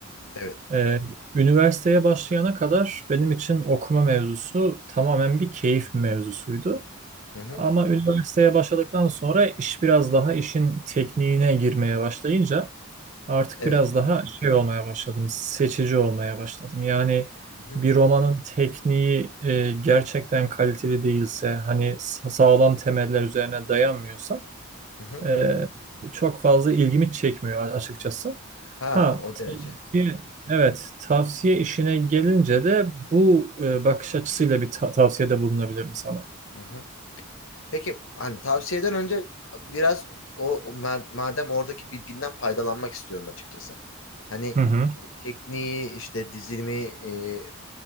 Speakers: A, on the left; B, on the right.
A: Evet.
B: E, üniversiteye başlayana kadar benim için okuma mevzusu tamamen bir keyif mevzusuydu.
A: Hı hı.
B: Ama üniversiteye başladıktan sonra iş biraz daha işin tekniğine girmeye başlayınca Artık
A: Evet.
B: biraz daha şey olmaya başladım, seçici olmaya başladım. Yani
A: Hı hı.
B: bir romanın tekniği e, gerçekten kaliteli değilse, hani sa- sağlam temeller üzerine dayanmıyorsa
A: Hı hı.
B: e, çok fazla ilgimi çekmiyor a- açıkçası.
A: Ha,
B: Ha,
A: o derece.
B: tavsiye, evet, tavsiye işine gelince de bu e, bakış açısıyla bir ta- tavsiyede bulunabilirim sana.
A: Hı hı. Peki hani tavsiyeden önce biraz o o ma- madem oradaki bilginden faydalanmak istiyorum açıkçası. Hani
B: Hı hı,
A: tekniği işte dizilimi e,